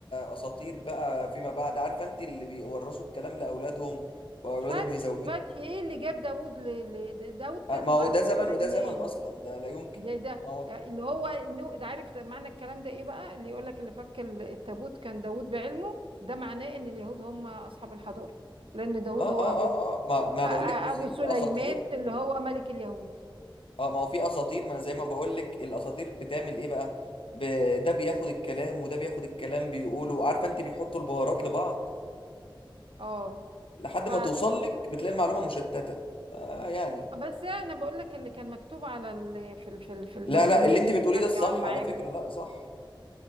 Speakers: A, on the left; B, on the right.
A: اساطير بقى فيما بعد عارفه انت اللي بيورثوا الكلام لاولادهم واولادهم
B: فاتي
A: يزودوا
B: فاتي ايه اللي جاب داوود ل... ل... د- داوود كان
A: آه، ما هو
B: وقت
A: ده زمن
B: سليمان
A: وده زمن اصلا ده لا يمكن
B: ده ده
A: ما هو
B: اللي هو النو... ده عارف ده معنى الكلام ده ايه بقى اللي يقول لك اللي فك ال- التابوت كان داوود بعلمه ده معناه ان اليهود هم اصحاب الحضارة لان داوود
A: اه
B: هو
A: اه
B: ابو
A: اه
B: ال-
A: اه ما, ما
B: أ-
A: بقول
B: أ-
A: لك بصي
B: ابو سليمان
A: في اساطير
B: اللي هو ملك اليهود
A: اه ما هو في اساطير ما انا زي ما بقول لك الاساطير بتعمل ايه بقى ب... ده بياخد الكلام وده بياخد الكلام بيقولوا عارفه انت بيحطوا البهارات لبعض
B: اه
A: لحد
B: ف
A: ما توصل لك بتلاقي المعلومه مشتته آه يعني
B: بس انا بقول لك اللي كان مكتوب على ال... في ال... في ال... في البرديات
A: لا لا اللي انت بتقوليه
B: يعني
A: ده الصح
B: وعلى المعابد
A: على فكره لا صح